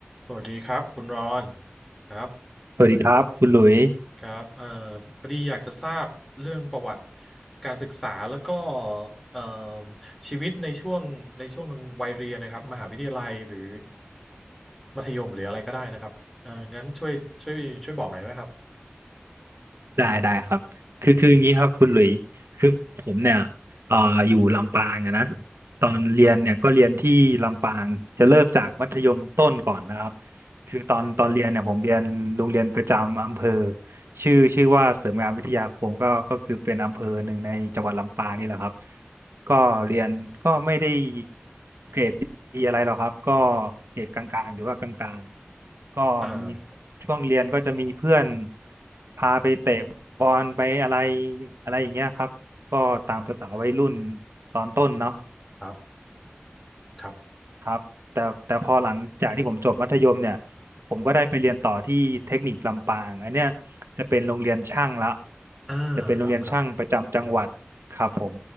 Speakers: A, in the centre; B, on the right.
A: สวัสดีครับคุณรอนครับ
B: สวัสดีครับคุณหลุย
A: ครับเอ่อพอดีอยากจะทราบเรื่องประวัติการศึกษาแล้วก็เอ่อชีวิตในช่วงในช่วงวัยเรียนนะครับมหาวิทยาลัยหรือมัธยมหรืออะไรก็ได้นะครับเอ่องั้นช่วยช่วยช่วยบอกหน่อยไหมครับ
B: ได้ได้ครับคือคืออย่างนี้ครับคุณหลุยคือผมเนี่ยเอ่ออยู่ลำปางอะนะตอนเรียนเนี่ยก็เรียนที่ลำปางจะเริ่มจากมัธยมต้นก่อนนะครับคือตอนตอนเรียนเนี่ยผมเรียนโรงเรียนประจำอำเภอ ชื่อชื่อว่าเสริมงานวิทยาคมก็ก็คือเป็นอำเภอหนึ่งในจังหวัดลำปางนี่แหละครับก็เรียนก็ไม่ได้เกรดดีอะไรหรอกครับก็เกรดกลางๆหรือว่ากลางๆก็มี
A: อ่า
B: ช่วงเรียนก็จะมีเพื่อนพาไปเตะบอลไปอะไรอะไรอย่างเงี้ยครับก็ตามประสาวัยรุ่นตอนต้นเนาะ
A: ครับครับ
B: ครับแต่แต่พอหลังจากที่ผมจบมัธยมเนี่ยผมก็ได้ไปเรียนต่อที่เทคนิคลำปางอันเนี้ยจะเป็นโรงเรียนช่างละ
A: อ่าครับครับ
B: จะเป็นโรงเรียนช่างประจำจังหวัดครับผม